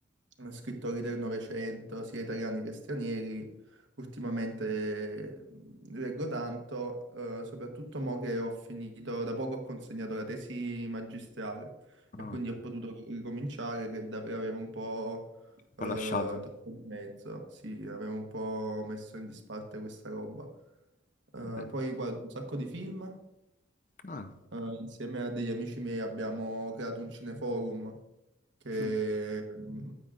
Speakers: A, on the right (about 75°); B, on the left (about 40°).
A: eh, scrittori del Novecento, sia italiani che stranieri. Ultimamente mm, leggo tanto, eh, soprattutto mo che ho finito, da poco ho consegnato la tesi magistrale e
B: Ah,
A: quindi ho potuto ricominciare che davvero avevo un po'
B: poi
A: eh,
B: ho lasciato.
A: troppo di mezzo, sì, avevo un po' messo in disparte questa roba. Eh,
B: Eh,
A: poi guardo un sacco di film,
B: Ah,
A: eh, insieme a degli amici miei abbiamo creato un cineforum che
B: mm,
A: mm,